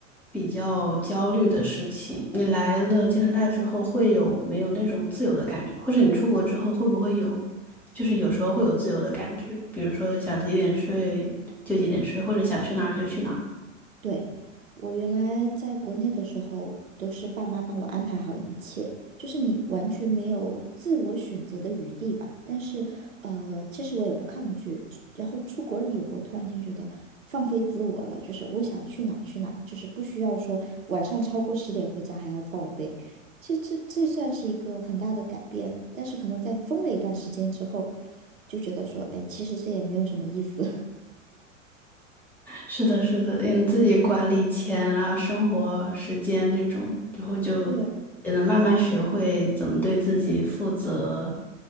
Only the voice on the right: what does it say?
对，我原来在国内的时候，都是爸妈帮我安排好一切，就是你完全没有自我选择的余地吧。但是，呃，其实我也不抗拒。然后出国以后，突然间觉得放飞自我了，就是我想去哪儿去哪儿，就是不需要说晚上超过十点回家还要报备。其实这这算是一个很大的改变，但是可能在疯了一段时间之后，就觉得说，哎，其实这也没有什么意思。
<laughs> 对，